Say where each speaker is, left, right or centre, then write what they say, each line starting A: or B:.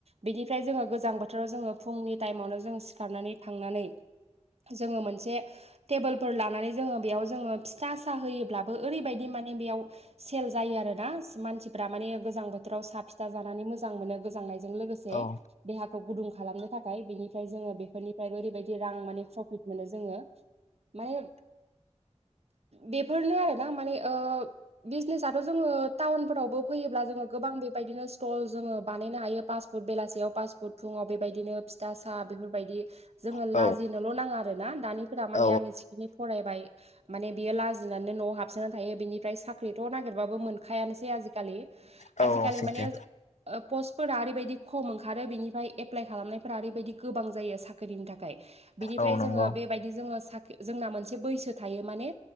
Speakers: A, on the right; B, on the left.
A: बिनिफ्राय जोङो गोजां बोथोराव जोङो फुंनि टाइमावनो जोङो सिखारनानै थांनानै जोङो मोनसे टेबोलफोर लानानै जोङो बेयाव जोङो फिथा साहोयोब्लाबो ओरैबायदि माने बेयाव सेल जायो आरोना मानसिफोरा माने गोजां बोथोराव <unintelligible> फिथा जानानै मोजां मोनो गोजांनायजों लोगोसे
B: औ
A: देहाखौ गुदुं खालामनो थाखाय। बेनिफ्राय जोङो बेफोरनिफ्रायबो ओरैबायदि रां माने प्रफिट मोनो जोङो। माने बेफोरनो आरोना माने ओ बिजनेसथ' जोङो टाउनफोरावबो फैयोब्ला जोङो गोबां बे बेबायदिनो स्टल जोङो बानायनो हायो। पास फुट बेलासेयाव पास फुट फुङाव बेबायदिनो फिथा साहा बेफोरबायदि जोङो
B: औ
A: लाजिनोल' नाङा आरो ना दानिफोरा माने
B: औ
A: आंनि सिकिनि फरायबाय माने बियो लाजिनानै न'आव हाबसोनानै थायो। बिनिफ्राय साख्रिथ' नागिरबाबो मोनखायानोसै आजिखालि।
B: औ
A: आजिखालि
B: सैथो
A: माने पस्टफोरा ओरैबायदि खम ओंखारो बेनिफ्राय एप्लाइ खालामनायफोरा ओरैबायदि गोबां जायो साख्रिनि थाखाय। बिनिफ्राय
B: औ नंगौ
A: जोङो बेबायदि जोङो साख्रि जोंना मोनसे बैसो थायो माने